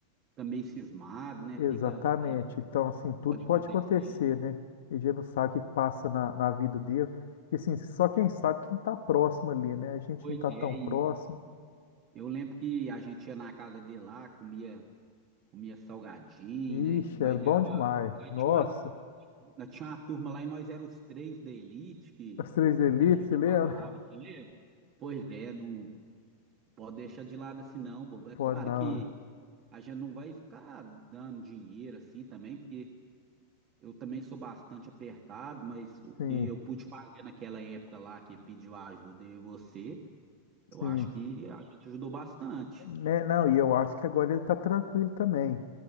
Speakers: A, on the right; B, on the left.
A: fica meio cismado, né?
B: Exatamente.
A: Fica receoso
B: Então, assim,
A: do que
B: tudo
A: pode
B: pode
A: acontecer.
B: acontecer, né? A gente não sabe o que que passa na, na vida dele. E, assim, só quem sabe quem está próximo ali, né? A gente
A: Pois
B: não está
A: é,
B: tão
A: e
B: próximo.
A: eu lembro que a gente ia na casa dele lá, comia, comia salgadinho,
B: Ixi,
A: né? Nós
B: era bom
A: era,
B: demais.
A: nós
B: Nossa,
A: tinha uma, nós tinha uma turma lá e nós éramos os três da elite que,
B: as três elites,
A: que a gente
B: você lembra?
A: falava, assim, lembra? Pois é, não pode deixar de lado assim não, bobo. É
B: <laughs> Pô,
A: claro
B: não.
A: que a gente não vai ficar dando dinheiro assim também, porque Eu também sou bastante apertado, mas o
B: Sim,
A: que eu pude fazer naquela época lá que pediu ajuda e você, eu
B: sim.
A: acho que a gente ajudou bastante.
B: Né, não, e eu acho que agora ele tá tranquilo também.